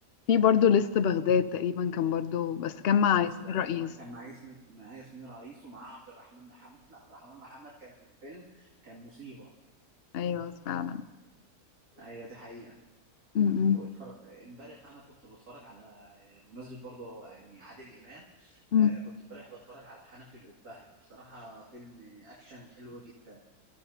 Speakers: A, on the left; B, on the right.
A: في برضو لست بغداد تقريبا كان برضو بس كان مع
B: ولسه
A: ياسمين
B: بقى-
A: رئيس
B: آه، كان مع ياسمين مع ياسمين رئيس ومعاه عبد الرحمن محمد <laughs> عبد الرحمن محمد كان في الفيلم كان مصيبه
A: ايوه فعلا
B: هي دي حقيقه
A: مم.
B: واتفرج امبارح انا كنت بتفرج على بمناسبه برضه يعني عادل امام
A: مم.
B: آه كنت امبارح بتفرج على حنفي الأبهة بصراحه فيلم اكشن حلو جدا